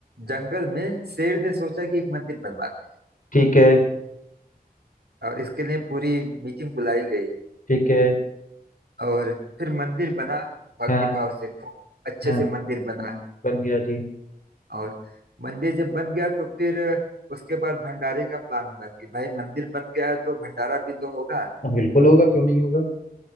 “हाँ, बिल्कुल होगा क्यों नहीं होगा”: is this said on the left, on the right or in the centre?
Left